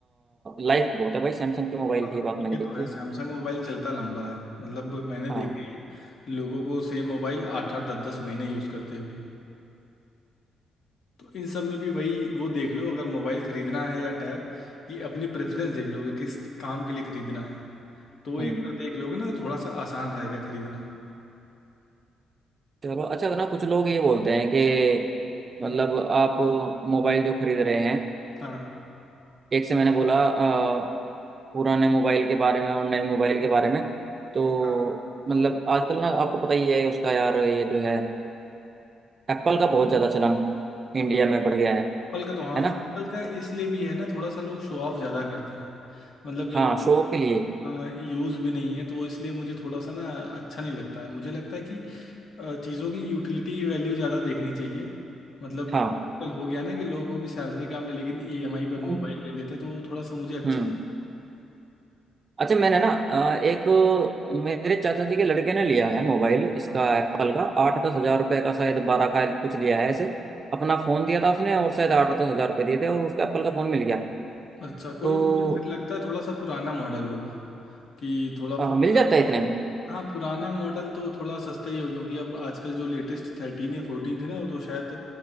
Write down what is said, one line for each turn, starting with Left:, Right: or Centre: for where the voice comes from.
Right: लाइफ बहुत है भाई सैमसंग के मोबाइल
Left: हाँ
Right: की ये बात मैंने
Left: ये
Right: देखी
Left: तो है
Right: है
Left: सैमसंग मोबाइल चलता लंबा है मतलब मैंने
Right: हाँ
Left: देखे हैं लोगों को सेम मोबाइल आठ आठ दस दस महीने यूज़ करते हुए तो इन सब में भी वही वो देख लो अगर मोबाइल खरीदना है या टैब कि अपनी प्रेफरेंस देख लो कि किस काम के लिए खरीदना है तो वो
Right: हम्म
Left: एक बार देख लोगे ना तो थोड़ा सा आसान रहेगा खरीदना
Right: चलो अच्छा ना कुछ लोग ये बोलते हैं कि मतलब आप मोबाइल जो खरीद रहे हैं
Left: हाँ
Right: एक से मैंने बोला अ, पुराने मोबाइल के बारे में और नए मोबाइल के बारे में तो
Left: हाँ
Right: मतलब आजकल ना आपको पता ही है उसका यार ये जो है एप्पल का बहुत ज़्यादा चलन इंडिया में बढ़ गया है
Left: एप्पल का तो हाँ
Right: है ना
Left: एप्पल का इसलिए भी है ना थोड़ा सा लोग शो ऑफ ज़्यादा करते हैं मतलब जिनको
Right: हाँ शो के लिए
Left: यूज़ भी नहीं है तो वो इसलिए मुझे थोड़ा सा ना अच्छा नहीं लगता है मुझे लगता है कि चीज़ों की यूटिलिटी वैल्यू ज़्यादा देखनी चाहिए मतलब
Right: हाँ
Left: कल हो गया ना कि लोगों की सैलरी कम है लेकिन ईएमआई पर
Right: हाँ।
Left: मोबाइल ले लेते हैं तो वो थोड़ा सा मुझे अच्छा
Right: हम्म अच्छा मैंने ना अ, एक मेरे चाचा जी के लड़के ने लिया है मोबाइल इसका
Left: हाँ,
Right: एप्पल का आठ दस हजार रुपये का शायद बारह का कुछ लिया है ऐसे अपना फोन दिया था उसने और शायद आठ दस हजार रुपये दिए थे और उसका एप्पल का फोन मिल गया
Left: अच्छा कोई
Right: तो
Left: मुझे फिर लगता है थोड़ा सा पुराना मॉडल होगा कि थोड़ा
Right: अ,
Left: पुराना
Right: मिल जाता है इतने में
Left: हाँ पुराना मॉडल तो थोड़ा सस्ता ही होगा क्योंकि अब आजकल जो लेटेस्ट थर्टीन या फोर्टीन थे ना वो तो शायद